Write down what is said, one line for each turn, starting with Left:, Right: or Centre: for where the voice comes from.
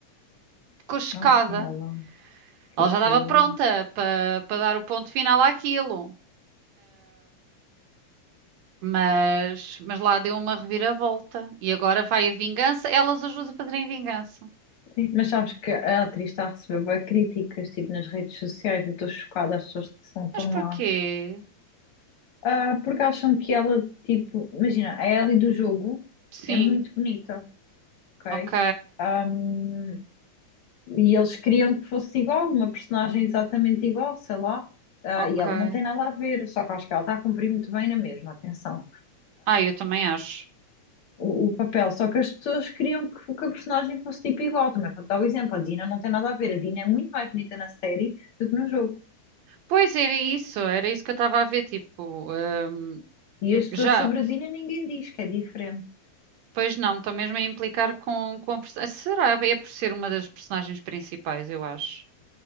Right: ficou chocada.
Left: nossa, ela
Right: Ela
Left: ficou.
Right: já estava pronta para para dar o ponto final àquilo, mas, mas lá deu uma reviravolta e agora vai a vingança. Elas ajudam a fazerem vingança.
Left: Sim, Mas sabes que a atriz está a receber bué críticas, tipo, nas redes sociais, eu estou chocada, as pessoas são tão
Right: Mas porquê?
Left: más. Ah, porque acham que ela, tipo, imagina, a Ellie do jogo
Right: Sim,
Left: é muito bonita, ok?
Right: ok,
Left: Ahm, e eles queriam que fosse igual, uma personagem exatamente igual, sei lá, Ah,
Right: ok.
Left: e ela não tem nada a ver, só que acho que ela está a cumprir muito bem na mesma, atenção.
Right: Ah, eu também acho.
Left: o, o papel. Só que as pessoas queriam que, que a personagem fosse tipo igual. Também vou dar o exemplo: a Dina não tem nada a ver. A Dina é muito mais bonita na série do que no jogo.
Right: Pois era isso, era isso que eu estava a ver, tipo, hum,
Left: E as pessoas
Right: já.
Left: sobre a Dina ninguém diz que é diferente.
Right: Pois não, estou mesmo a implicar com, com a personagem. Será? É por ser uma das personagens principais, eu acho.